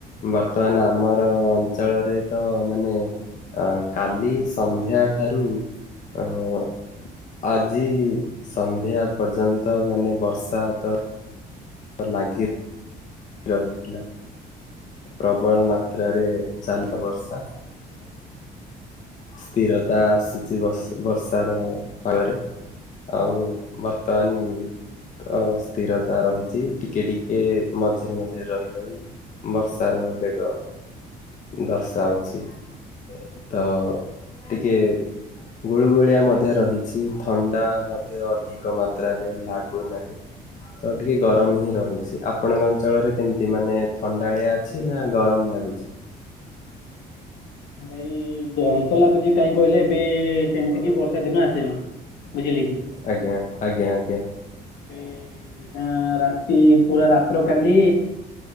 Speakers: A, on the left (about 50°); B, on the left (about 70°).
A: ବର୍ତ୍ତମାନ ଆମର ଅଞ୍ଚଳରେ ତ ମାନେ ଆ କାଲି ସନ୍ଧ୍ୟା ଠାରୁ ଅ ଆଜି ସନ୍ଧ୍ୟା ପର୍ଯ୍ୟନ୍ତ ମାନେ ବର୍ଷା ତ ଲାଗି ରହିଥିଲା। ପ୍ରବଳ ମାତ୍ରାରେ ଚାଲି ଥିଲା ବର୍ଷା। ସ୍ଥିରତା ଆସିଛି ବର୍ଷାର ପାଗରେ। ଆଉ ବର୍ତ୍ତମାନ ତ ସ୍ଥିରତା ରହିଛି ଟିକେ ଟିକେ ମଝିରେ ମଝିରେ ରହି ରହି ବର୍ଷାର ବେଗ ଦର୍ଶାଉଛି ତ ଟିକେ ଗୁଳୁଗୁଳିଆ ମଧ୍ୟ ରହିଛି ଥଣ୍ଡା ମଧ୍ୟ ଅଧିକ ମାତ୍ରାରେ ଲାଗୁନାହିଁ। ତ ଟିକେ ଗରମ ହିଁ ରହୁଛି ଆପଣଙ୍କ ଅଞ୍ଚଳରେ କେମିତି ମାନେ ଥଣ୍ଡାଳିଆ ଅଛି ନା ଗରମ ଲାଗୁଛି? <inaudible>
B: ହଁ ଭାଇ ଗରମ ତ ଲାଗୁଛି କାହିଁ କହିଲେ ଏବେ ସେମିତି କି ବର୍ଷା ଦିନ ଆସିନି। ବୁଝିଲେ କି
A: ଆଜ୍ଞା ଆଜ୍ଞା
B: <inaudible>
A: ଆଜ୍ଞା।
B: ଏବେ ନା <inaudible> ପୁରା ରାତ୍ର କାଲି